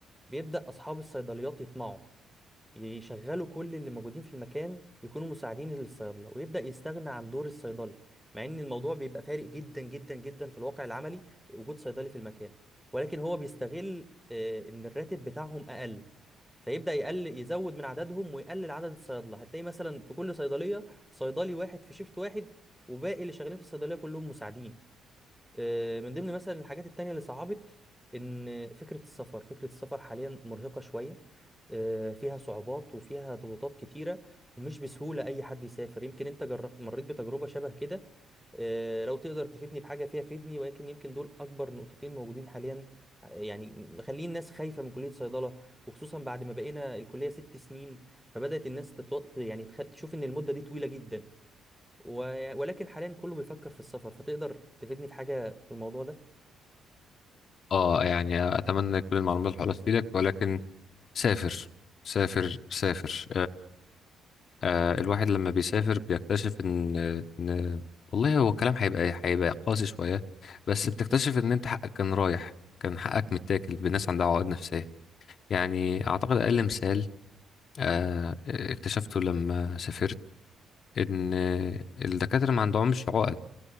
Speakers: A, in the centre; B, on the left.
A: بيبدا اصحاب الصيدليات يطمعوا يشغلوا كل اللي موجودين في المكان يكونوا مساعدين للصيادله ويبدا يستغنى عن دور الصيدلي مع ان الموضوع بيبقى فارق جدا جدا جدا في الواقع العملي وجود صيدلي في المكان ولكن هو بيستغل آه، ان الراتب بتاعهم اقل فيبدا يقل يزود من عددهم ويقلل عدد الصيادله هتلاقي مثلا في كل صيدليه صيدلي واحد في شيفت واحد وباقي اللي شغالين في الصيدليه كلهم مساعدين آه، من ضمن مثلا الحاجات التانية اللي صعبت ان فكرة السفر فكرة السفر حاليا مرهقة شوية آه، فيها صعوبات وفيها ضغوطات كتيرة ومش بسهولة اي حد يسافر يمكن انت جربت مريت بتجربة شبه كده آه، لو تقدر تفيدني بحاجة فيها فيدني ولكن يمكن دول اكبر نقطتين موجودين حاليا آه، يعني مخلين الناس خايفة من كلية صيدلة وخصوصا بعد ما بقينا الكلية ست سنين فبدأت الناس تتوط يعني تخ... تشوف ان المدة دي طويلة جدا و- ولكن حاليا كله بيفكر في السفر فتقدر تفيدني في حاجة في الموضوع ده
B: اه يعني اتمنى كل المعلومات اللي حولت تفيدك ولكن سافر سافر سافر آه، الواحد لما بيسافر بيكتشف ان ان والله هو الكلام هيبقى هيبقى قاسي شويه بس بتكتشف ان انت حقك كان رايح كان حقك متاكل بناس عندها عقد نفسيه يعني اعتقد اقل مثال آه، اكتشفته لما سافرت ان الدكاتره ما عندهمش عقد